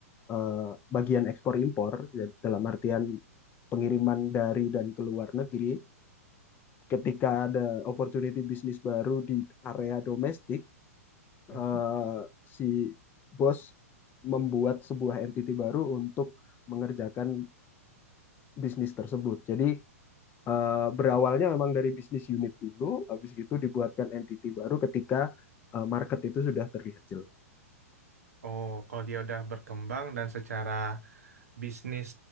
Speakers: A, on the left (about 25°); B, on the right (about 85°).
A: eh, bagian ekspor impor ya, dalam artian pengiriman dari dan ke luar negeri ketika ada opportunity bisnis baru di area domestik
B: mhm.
A: eh, si bos membuat sebuah entity baru untuk mengerjakan bisnis tersebut. Jadi eh, berawalnya memang dari bisnis unit dulu, habis itu dibuatkan entity baru ketika eh, market itu sudah terlihat jelas.
B: Oh kalau dia udah berkembang dan secara bisnis